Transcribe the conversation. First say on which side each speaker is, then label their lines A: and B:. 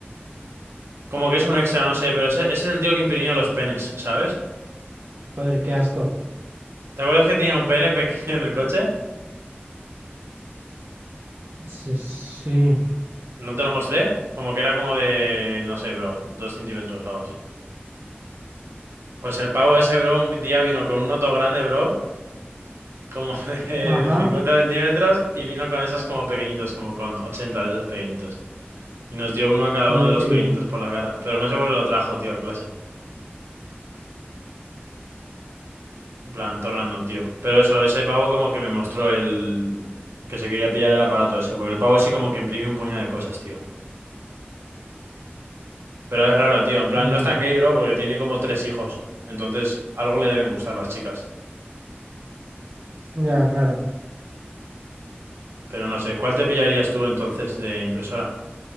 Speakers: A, on the right (about 80°); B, on the right (about 55°).
A: Como que es un extra, no sé, pero ese, ese es el tío que imprimía los penes, ¿sabes?
B: Joder, qué asco.
A: ¿Te acuerdas que tenía un pene <laughs> pequeño en el coche?
B: Sí, sí.
A: ¿No te lo mostré? Como que era como de, no sé, bro, dos centímetros o algo así. Pues el pavo ese, bro, un día vino con un otro grande, bro, como <laughs> de
B: Ajá.
A: 50 centímetros, y vino con esos como pequeñitos, como con 80 de esos pequeñitos. Y nos dio uno a cada
B: Joder,
A: uno de los
B: qué
A: pequeñitos
B: gay.
A: por la cara. Pero no sé por qué lo trajo, tío, a clase. En plan, todo random, tío. Pero eso, ese pavo como que me mostró el... que se quería pillar el aparato ese, porque el pavo ese como que imprime un puñado de cosas, tío. Pero es raro, tío. En plan,
B: Ya,
A: no es tan gay, bro, porque tiene como tres hijos. Entonces, algo le deben gustar las chicas.
B: ya, claro.
A: Pero no sé, ¿cuál te pillarías tú entonces de impresora?